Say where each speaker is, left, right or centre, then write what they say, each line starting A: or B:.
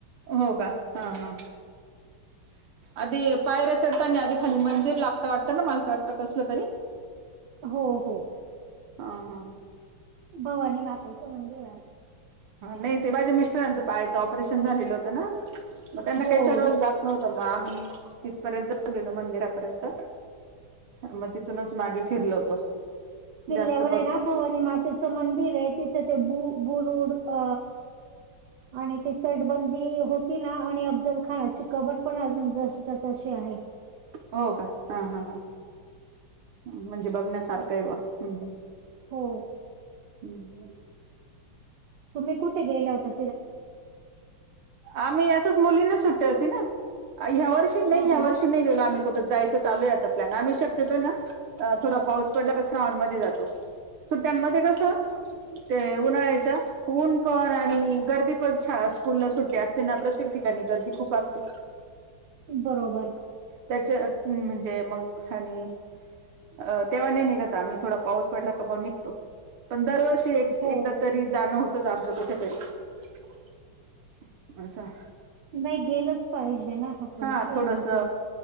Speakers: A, on the right (about 75°); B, on the right (about 60°).
A: हो का हा हा.
B: <unintelligible>
A: आदि पायऱ्या चढताना आदी खाली मंदिर लागता वाटतं ना माला तर वाटतं कसलं तरी
B: हो हो.
A: हा हा.
B: भवानी मातेचं मंदिर आय.
A: नाई ते माझ्या मिस्टरांचं पायाच ऑपरेशन झालेलं होतं ना मग त्यांना
B: हो
A: काही चढवलं जात नव्हतं मग आम्ही तितपर्यंत गेलो मंदिरापर्यंत मग तिथूनच मागे फिरल होतो.
B: किल्ल्यावर
A: जास्त बघ
B: आय ना भवानी मातेचं मंदिर आय तिथ ते <inaudible> फूड अ आणि ती तटबंदी होती ना आणि अफजल खानाची कबर पण अजून जशीच्या तशी आहे. आहे.
A: हो का हा हा हा म्हणजे बघण्यासारखं आहे बुआ हम्म्
B: हो
A: हम्म.
B: तुम्ही कुटऐ गेले होते
A: आम्ही असच मुलींना सुट्टी होती ना अ ह्या वर्षी नाई
B: हा
A: ह्या
B: हा
A: वर्षी नाई गेलो आम्ही कुट जायचं चालू आता प्लॅन आम्ही शक्यतो ना अ थोडा पाऊस पडला का श्रावण मध्ये जातो. सुट्ट्यांमध्ये कस, ते उन्हाळ्याच्या ऊन पण आणि गर्दी <inaudible> शाळा स्कूल ला सुट्टी असते ना प्रत्येक ठिकाणी गर्दी खूप असती.
B: बरोबर.
A: त्याच्यात म्हणजे मग <inaudible> अ तेव्हा नाही निघत आम्ही थोडा पाऊस पडला का मग निघतो पण दरवर्षी एक
B: हो
A: एकदा तरी जाणं होतच आमचं कुठेतरी <unintelligible> <inaudible>
B: नाही गेलच पाहिजे ना आपण
A: हा थोडस
B: एकदातरी.